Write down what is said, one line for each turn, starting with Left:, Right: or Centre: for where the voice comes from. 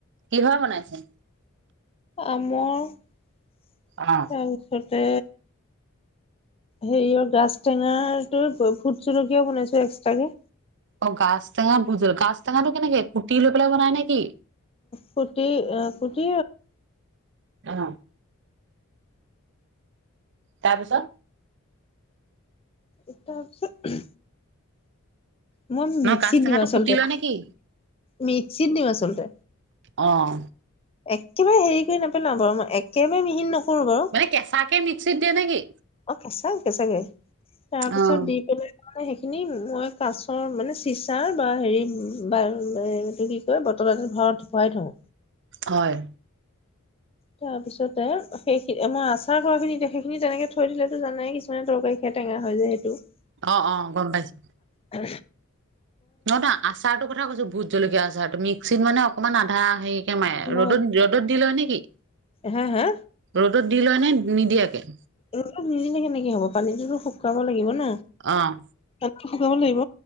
Right: কিভা বনাইছে
Left: আম তছত
Right: অ
Left: তাতে হেৰিয়ৰ গছ টেঙা তো ফুট চলকীয়া বনাইছো এক্সট্ৰাকে
Right: অ গাছ টেঙা ভুজল গা টঙাাতটো কেনেকে কুটি লৈ পেলাই বনাই নেকি
Left: কুটি কুটি
Right: অ তাৰপিছত
Left: এ তাৰপিছত মই
Right: ন
Left: মিক্সিত
Right: গাজ টেঙাটো
Left: দিম আচলতে
Right: কুটি লয় নেকি
Left: মিক্সিত দিম আচলতে
Right: অঁ
Left: একেবাৰে হেৰি কৰি নপেলা বাৰু মই একেবাৰে মিহিন নক ফোৰ বাৰু
Right: মানে কেঁচাকে মিক্সিত দিয়ে নেকি
Left: অ কেঁচাকে কেঁচাকে তাৰপিছত
Right: অ',
Left: দি পেলাই ম সেইখিনি মই কাছৰ মানে চিচাৰ বা হেৰি বা এইটো কি কয় বটল এ ভৰা ভৰাই থওঁ
Right: হয়
Left: তাৰ পিছত সেইখিনি মই আচাৰ কৰা খিনি এতি সখিনি তেনেকে থৈ দিলেতো জানাই কিছুমান তৰকাৰী খ টেঙা য যে সেইটো <unintelligible>
Right: অ অ গম পাইছো
Left: উ
Right: নহয় ন আচাৰ টো কথা কৈছো ভোট জলকীয়া আচাৰটো মিক্সিত মানে অকণমান আধা সে মাই
Left: মই
Right: ৰ'দত ৰ'দত দি লোৱা নে কি
Left: হা হা
Right: ৰ'দত দি লোৱা নে নিদিয়াকে।
Left: এই নিদিনে সনেকে হব পানীটোতো শু-কাব লাগিব ন।
Right: অ',
Left: টো শুকাব লাগিব।